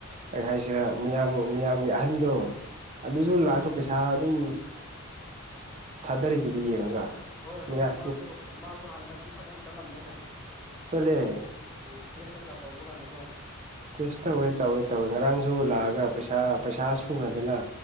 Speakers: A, on the right; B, in the centre.
A: ꯀꯩ ꯍꯥꯏꯁꯤꯔꯥ ꯃꯤꯌꯥꯝ ꯃꯤꯌꯥꯝꯒꯤ ꯑꯍꯟꯗꯣ
B: ꯎꯝ
A: ꯑꯗꯨꯁꯨ ꯂꯥꯛꯑꯒ ꯄꯩꯁꯥ ꯑꯗꯨꯝ ꯊꯥꯗꯔꯤꯗꯨꯒꯤ ꯌꯦꯡꯉꯒ
B: ꯑꯁ ꯍꯣꯏ
A: ꯃꯤꯌꯥꯝ
B: ꯍꯣꯏ ꯃꯥꯁꯨ ꯃꯥꯁꯨ ꯍꯟꯗꯛꯇꯤ ꯐꯖꯅ ꯆꯠꯂꯝꯗꯧ ꯃꯥꯜꯂꯦ
A: ꯆꯂꯦ
B: ꯎꯝ ꯇꯦꯁ ꯀꯩꯀꯥ ꯇꯧꯕ ꯀꯥꯟꯗꯀꯣ
A: ꯇꯦꯁ ꯇꯧꯋꯦ ꯇꯧꯋꯦ ꯇꯧꯋꯦ ꯉꯔꯥꯡꯁꯨ
B: ꯑꯁ
A: ꯂꯥꯛꯑꯒ ꯄꯩꯁꯥ ꯄꯩꯁꯥ ꯁꯨꯅꯗꯅ